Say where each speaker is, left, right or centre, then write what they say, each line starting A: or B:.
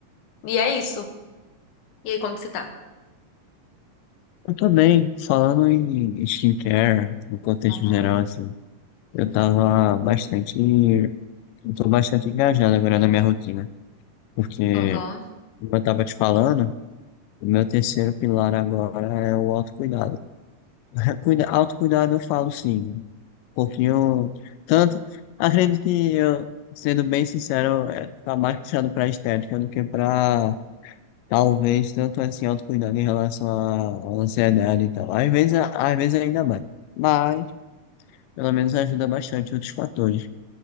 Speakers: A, on the left; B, on the left.
A: e é isso. E aí, como que você tá?
B: Eu tô bem, falando em skincare, no contexto
A: Aham,
B: geral, assim, eu tava bastante, eu tô bastante engajado agora na minha rotina, porque,
A: aham,
B: como eu tava te falando, o meu terceiro pilar agora é o autocuidado. <laughs> Cuida- Autocuidado eu falo sim, né? um pouquinho, tanto, acredito que eu, sendo bem sincero, é, tá mais puxado pra estética do que pra Talvez tanto assim autocuidado em relação à à ansiedade e tal. Às vezes, às vezes ainda mais. Mas, pelo menos ajuda bastante outros fatores.